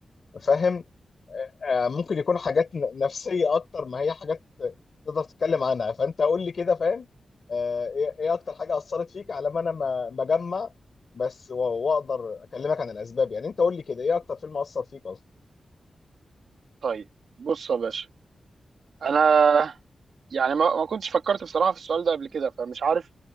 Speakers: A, on the left; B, on the right.
A: فاهم أه آه، ممكن يكون حاجات ن- نفسيه اكتر ما هي حاجات تقدر تتكلم عنها فانت قول لي كده فاهم أه ايه إيه اكتر حاجه اثرت فيك على ما انا ما ما اجمع بس و- واقدر اكلمك عن الاسباب يعني انت قول لي كده ايه اكتر فيلم اثر فيك اصلا
B: طيب بص يا باشا انا يعني ما ما كنتش فكرت بصراحة في السؤال ده قبل كده فمش عارف